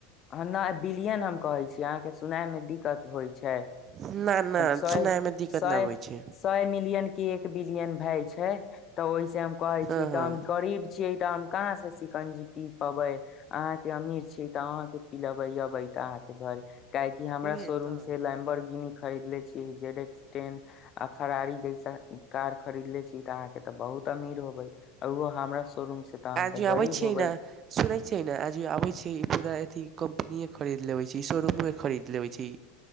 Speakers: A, on the left (about 40°); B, on the right (about 35°).
A: नह बिलियन हम कहै छीय अहाँके सुना दिक्कत होइ छै,
B: न न
A: साए
B: सुनाय मे दिक्कत
A: सए
B: न आबै छै
A: सय मिलियन के एक बिलियन भाय छै तऽ ओहिस हम कहै
B: हँ
A: छी हम
B: हँ
A: गरीब छीयै तऽ हम कहाँ से चिकंजी पी पबे, अहाँ के अमीर छी तऽ अहाँ पिलबई अबई तऽ अहाँके घर काहेकी हमरा
B: उहे
A: शोरूम
B: तऽ
A: से लाइमबर्गिन खरीदले छी, जेड्स टेन, आ फरारी जैस कार खरीदले छी त अहाँ के ते बहुत अमीर होबै आ ओहो हमरा शोरूम से तऽ हम
B: आज
A: तऽ
B: आबैत
A: गरीब
B: छियै
A: होबै
B: ने सुनैत छियै ने आज आबैत छीियै ई पूरा अथी कम्पनीे खरीद लेबे छी, शोरूमे खरीद लेबे छी।